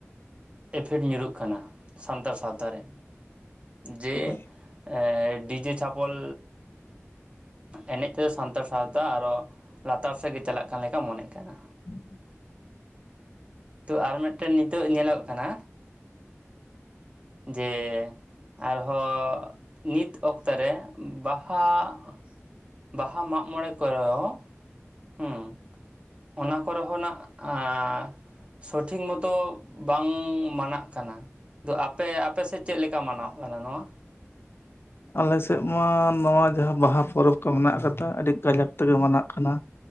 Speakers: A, on the right (about 25°); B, on the left (about 50°).
A: ᱤᱯᱷᱮᱠᱴ ᱧᱩᱨᱩᱜ ᱠᱟᱱᱟ ᱥᱟᱱᱛᱟᱲ ᱥᱟᱶᱛᱟ ᱨᱮ ᱡᱮ
B: ᱦᱳᱭ
A: ᱮᱸ ᱰᱤᱡᱮ ᱪᱷᱟᱯᱚᱞ ᱮᱱᱮᱡ ᱛᱮᱫᱚ ᱥᱟᱱᱛᱟᱲ ᱥᱟᱶᱛᱟ ᱟᱨᱚ ᱞᱟᱛᱟᱨ ᱥᱮᱫᱜ ᱜᱮ ᱪᱟᱞᱟᱜ ᱠᱟᱱ ᱞᱮᱠᱟ ᱢᱚᱱᱮᱜ ᱠᱟᱱᱟ᱾
B: <inaudible>
A: ᱛᱚ ᱟᱨ ᱢᱤᱫᱴᱮᱱ ᱱᱤᱛᱳᱜ ᱧᱮᱞᱚᱜ ᱠᱟᱱᱟ ᱡᱮᱻ ᱾ ᱟᱨᱦᱚᱸᱻ ᱱᱤᱛ ᱚᱠᱛᱮ ᱨᱮ ᱵᱟᱸᱦᱟ ᱾ ᱵᱟᱸᱦᱟ ᱢᱟᱜ ᱢᱚᱬᱮ ᱠᱚᱨᱮ ᱾ ᱦᱮᱸ ᱚᱱᱟ ᱠᱚᱨᱮᱦᱚ ᱱᱟᱜ ᱼᱟ ᱾ ᱥᱚᱴᱷᱤᱠ ᱢᱚᱛᱚ ᱵᱟᱝ ᱢᱟᱱᱟᱜ ᱠᱟᱱᱟ ᱾ ᱫᱚ ᱟᱯᱮ ᱟᱯᱮᱥᱮᱫ ᱪᱮᱫ ᱞᱮᱠᱟ ᱢᱟᱱᱟᱣ ᱠᱟᱱᱟ ᱱᱚᱣᱟ?
B: ᱟᱞᱮ ᱥᱮᱫ ᱢᱟ ᱱᱚᱣᱟ ᱡᱟᱦᱟᱸ ᱵᱟᱸᱦᱟ ᱯᱚᱨᱚᱵᱽ ᱠᱚ ᱢᱮᱱᱟᱜ ᱠᱟᱫᱟ ᱟᱹᱰᱤ ᱠᱟᱡᱟᱠ ᱛᱮᱜᱮ ᱢᱟᱱᱟᱜ ᱠᱟᱱᱟ ᱾